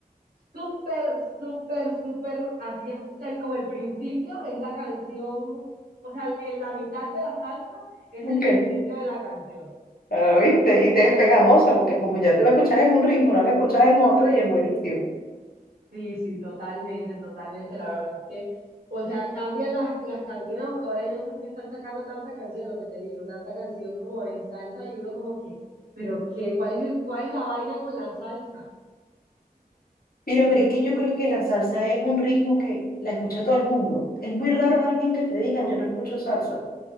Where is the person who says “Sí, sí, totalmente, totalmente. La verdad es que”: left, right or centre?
Right